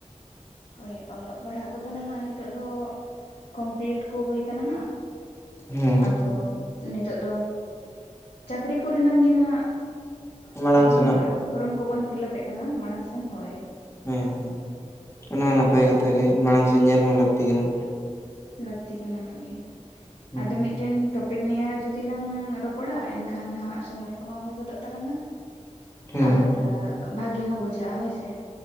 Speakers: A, on the left (about 65°); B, on the left (about 20°).
A: ᱦᱳᱭ ᱚᱞᱚᱜ ᱯᱟᱲᱦᱟᱜ ᱠᱚᱫᱚ ᱱᱟᱦᱜ ᱱᱤᱛᱚᱜ ᱫᱚ ᱠᱚᱢᱯᱞᱤᱴ ᱠᱚ ᱦᱩᱭ ᱠᱟᱱᱟ ᱦᱟᱸᱜ
B: ᱦᱮᱸ
A: ᱟᱫᱚ ᱱᱤᱛᱚᱜᱜ ᱫᱚ ᱪᱟᱹᱠᱨᱤ ᱠᱚᱨᱮᱱᱟᱝ ᱜᱮ ᱱᱟᱦᱟᱜ
B: ᱢᱟᱲᱟᱝ
A: ᱵᱚᱱ
B: ᱥᱮᱱᱟᱜ
A: ᱯᱷᱨᱚᱢ ᱠᱚᱵᱚᱱ ᱯᱷᱤᱞᱟᱯᱮᱫ ᱠᱟᱱᱟ ᱢᱟᱲᱟᱝ ᱥᱮᱱ ᱦᱳᱭ
B: ᱦᱮᱸ ᱦᱮᱸ ᱚᱱᱟ ᱦᱚᱸ ᱱᱟᱯᱟᱭ ᱠᱟᱛᱷᱟ ᱜᱮ ᱢᱟᱲᱟᱝ ᱥᱮᱫ ᱧᱮᱞ ᱦᱚᱸ ᱞᱟᱹᱠᱛᱤ ᱠᱟᱱᱟ
A: ᱞᱟᱹᱠᱛᱤ ᱠᱟᱱᱟ ᱦᱳᱭ
B: ᱦᱩᱸ
A: ᱟᱫᱚ ᱢᱤᱫᱴᱮᱱ ᱴᱚ ᱯᱤᱠ ᱱᱤᱭᱟᱹ ᱡᱩᱫᱤ ᱞᱟᱝ ᱨᱚᱯᱚᱲᱟ ᱮᱱᱠᱷᱟᱱ ᱦᱟᱸᱜ ᱥᱚᱢᱚᱭ ᱠᱚᱦᱚᱸ ᱦᱩᱭ ᱜᱚᱫᱚᱜ ᱛᱟᱞᱟᱝᱼᱟ
B: ᱦᱮᱸ
A: ᱟᱨ ᱵᱷᱟᱹᱜᱮ ᱦᱚᱸ ᱵᱩᱡᱷᱟᱹᱜᱼᱟ ᱦᱳᱭᱥᱮ